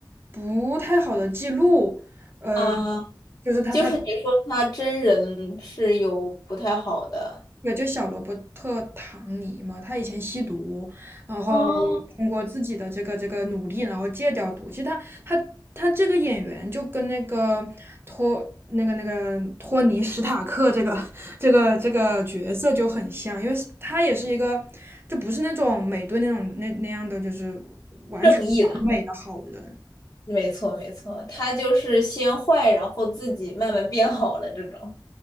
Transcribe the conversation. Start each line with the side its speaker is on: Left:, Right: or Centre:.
Right: 不太好的记录，嗯、
Left: 啊。
Right: 就是他他
Left: 就是你说他真人是有不太好的
Right: 有就小罗伯特·唐尼嘛，他以前吸毒，然后
Left: 哦，
Right: 通过自己的这个这个努力，然后戒掉毒。其实他他他这个演员就跟那个托那个那个托尼·史塔克这个 <laughs> 这个这个角色就很像，因为他也是一个就不是那种美队那种那那样的就是完全完美的好人。
Left: 正义的，没错没错，他就是先坏，然后自己慢慢变好了这种，